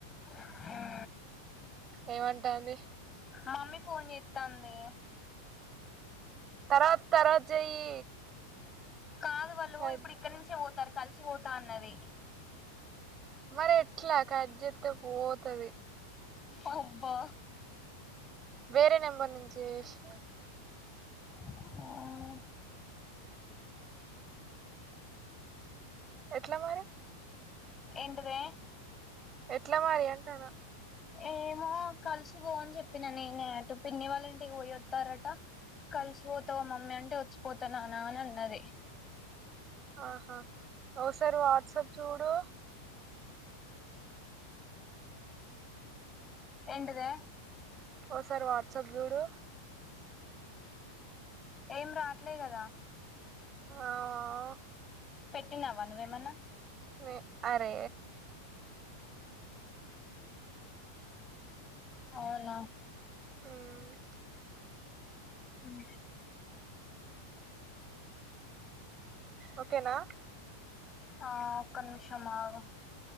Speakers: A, on the left; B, on the right.
A: <inaudible>
B: ఏమంటాంది
A: మమ్మీ ఫోన్ చేస్తాంది
B: తర్వాత తర్వాత చెయ్యి
A: కాదు వాళ్ళు
B: కట్
A: ఇప్పుడు ఇక్కడి నుంచే పోతారు కలిసి పోతా అన్నది
B: మరి ఎట్లా కట్ జెతే పోతది
A: అబ్బా
B: వేరే నెంబర్ నుంచి చేసి
A: హుమ్
B: ఎట్ల మరి
A: ఎంటిదే
B: ఎట్ల మరి అంటాన్న
A: ఏమో కలిసి పో అని చెప్పినా నేనే అటు పిన్ని వాళ్ళంటికి పోయొత్తరట కలిసిపోతావా మమ్మీ అంటే వచ్చిపోతా నానా అని అన్నది
B: ఆహా ఓసారి వాట్సప్ చూడు
A: ఎంటిదే
B: ఓ సారి వాట్సాప్ చూడు
A: ఏం రాట్లే కదా
B: ఆ
A: పెట్టినావా నువ్వేమన్నా
B: హుమ్ అరే
A: అవునా
B: హుమ్
A: హుమ్
B: ఓకేనా
A: ఆ ఒక్క నిమిషం ఆగు